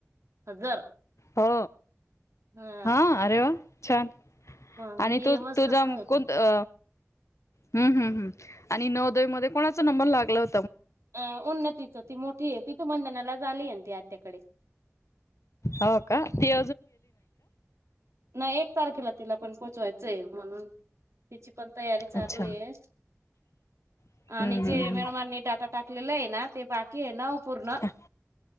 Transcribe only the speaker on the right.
हजर.
ह
मग
नियमच
तस
आहे
ते
अं उन्नतीच ती मोठी आहे ति तू बंधनालाच आलीय ती आत्याकडे.
नाही एक तारखेला तिला पण पोहोचवायचंय म्हणून तिची पण तयारी चालूये
आणि जे
मॉडमानी डाटा टाकलेलाये ना ते नाव पूर्ण